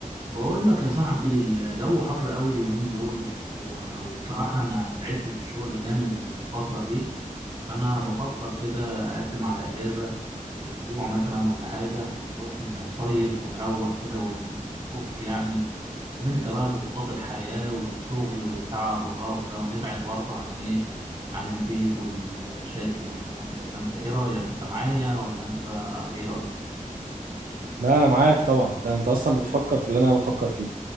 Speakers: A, on the right (about 35°); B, on the right (about 85°).
A: بقول لك يا صاحبي الجو حر قوي اليومين دول و- وبصراحة أنا تعبت في الشغل جامد الفترة دي فأنا بفكر كده أقدم على أجازة أسبوع مثلا ولا حاجة نروح نصيف ونروق كده ونفك يعني وننسى بقى ضغوطات الحياة والشغل والتعب والقرف ده ونبعد برضه عن إيه عن البيت والمشاكل والكلام ده فأنت إيه رأيك أنت معايا ولا أنت إيه رأيك؟
B: لا انا معاك طبعا انت انت اصلا بتفكر في اللي انا بفكر فيه